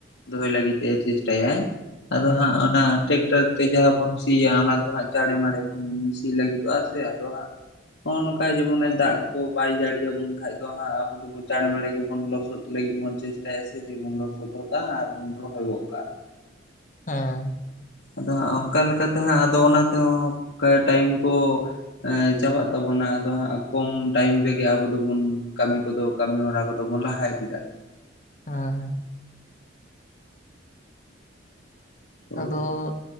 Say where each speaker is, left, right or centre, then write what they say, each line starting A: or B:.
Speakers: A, on the left; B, on the left.
A: ᱫᱚᱦᱚᱭ ᱞᱟᱹᱜᱤᱫ ᱮ ᱪᱮᱥᱴᱟᱭᱟᱭ ᱟᱫᱚ
B: ᱦᱮᱸ
A: ᱦᱟᱸᱜ ᱚᱱᱟ ᱴᱮᱠᱴᱟᱨ ᱛᱮ ᱡᱟᱦᱟᱸ ᱵᱚᱱ ᱥᱤᱭᱟ ᱚᱱᱟ ᱫᱚ ᱦᱟᱸᱜ᱾ ᱫᱟᱨᱮ ᱢᱟᱨᱮ ᱥᱤ ᱞᱟᱜᱤᱫᱚ ᱟ ᱥᱮ ᱟᱫᱚ ᱦᱟᱸ ᱱᱚᱜᱼᱚᱭ ᱱᱚᱝᱠᱟ ᱡᱮᱢᱚᱱᱮ ᱫᱟᱜ ᱠᱚ ᱵᱟᱭ ᱡᱟᱹᱲᱤᱭᱟᱵᱚᱱ ᱠᱷᱟᱡ ᱫᱚ ᱦᱟᱸᱜ ᱟᱵᱚ ᱫᱟᱲᱮᱸ ᱢᱟᱲᱮ ᱜᱮᱵᱚᱱ ᱞᱚᱥᱚᱫ ᱞᱟᱹᱜᱤᱫ ᱵᱚᱱ ᱪᱮᱥᱴᱟᱭᱟ ᱥᱮ ᱡᱮᱵᱚᱱ ᱞᱚᱥᱚᱫᱟ ᱟᱨ ᱵᱚᱱ ᱨᱚᱦᱚᱭ ᱜᱚᱫ ᱠᱟᱜᱼᱟ
B: ᱦᱮᱸ
A: ᱟᱫᱚ ᱦᱟᱸᱜ ᱚᱱᱠᱟ ᱞᱮᱠᱟᱛᱮ ᱦᱟᱸᱜ ᱟᱫᱚ ᱚᱱᱟ ᱛᱮᱦᱚᱸ ᱴᱟᱭᱤᱢ ᱠᱚ᱾ ᱪᱟᱵᱟᱜ ᱛᱟᱵᱚᱱᱟ ᱟᱫᱚ ᱦᱟᱸᱜ ᱠᱚᱢ ᱴᱟᱭᱤᱢ ᱨᱮᱜᱮ ᱟᱵᱚ ᱫᱚᱵᱚᱱ ᱠᱟᱹᱢᱤ ᱠᱚᱫᱚ ᱠᱟᱹᱢᱤ ᱦᱚᱨᱟ ᱠᱚᱫᱚ ᱵᱚᱱ ᱞᱟᱦᱟ ᱤᱫᱤ ᱫᱟᱲᱮᱭᱟᱜᱼᱟ
B: ᱟ
A: ᱦᱳᱭ
B: ᱟᱫᱚ᱾